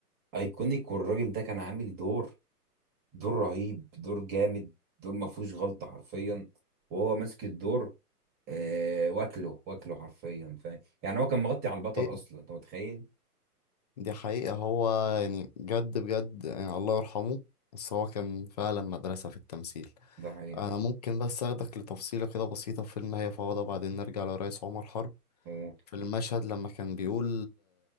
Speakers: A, on the right (about 20°); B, on the left (about 25°).
A: ايكونيك والراجل ده كان عامل دور دور رهيب دور جامد دور ما فيهوش غلطة حرفيا وهو ماسك الدور آه واكله واكله حرفيا فاهم يعني هو كان مغطي على البطل
B: إيه،
A: اصلا انت متخيل
B: دي حقيقة هو يعني جد بجد يعني الله يرحمه بس هو كان فعلا مدرسة في التمثيل
A: ده حقيقة
B: أنا ممكن بس أخدك لتفصيلة كده بسيطة في فيلم هي فوضى بعدين نرجع لرئيس عمر حرب
A: و-
B: في المشهد لما كان بيقول